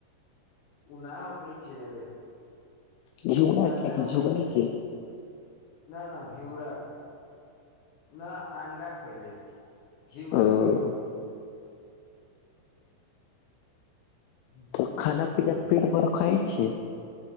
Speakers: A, on the left; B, on the left.
A: ऊनाहोकै छै
B: घीउरा
A: ई अंडा
B: के कि
A: होकै
B: झुगनी
A: छै
B: के
A: न न घिउराक के न अंडा खैले छी घिउरा
B: अ
A: घिउरा हम उहे
B: तऽ खाना
A: ना
B: पीना
A: खाइ छियै
B: पेट भरि खाइ छै